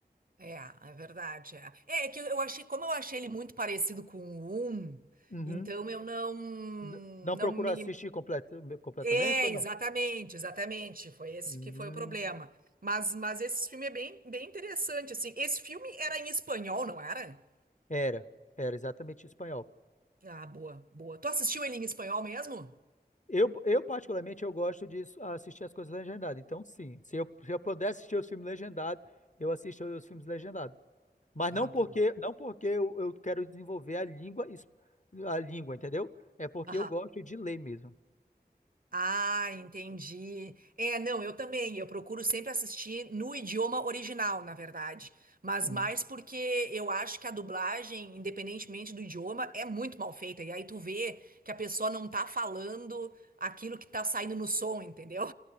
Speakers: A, on the right; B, on the left.
A: É, é verdade. É, é é que eu achei, como eu achei ele muito parecido com o Um,
B: Uhum.
A: então eu não, não
B: N- Não procurou
A: me,
B: assistir completa- completamente
A: É,
B: ou não?
A: exatamente, exatamente. Foi esse
B: Hum,
A: que foi o problema. Mas, mas esse filme é bem, bem interessante, assim. Esse filme era em espanhol, não era?
B: Era, era exatamente em espanhol.
A: Ah, boa, boa. Tu assistiu ele em espanhol mesmo?
B: Eu, eu, particularmente, eu gosto de assistir as coisas legendadas. Então, sim, se eu, se eu puder assistir os filmes legendados, eu assisto os filmes legendados. Mas
A: Ah,
B: não porque,
A: boa.
B: não porque eu, eu quero desenvolver a língua, es- a língua, entendeu? É porque
A: Aham.
B: eu gosto de ler mesmo.
A: Ah, entendi. É, não, eu também. Eu procuro sempre assistir no idioma original, na verdade. Mas
B: Hum.
A: mais porque eu acho que a dublagem, independentemente do idioma, é muito mal feita. E aí tu vê que a pessoa não tá falando aquilo que tá saindo no som, entendeu?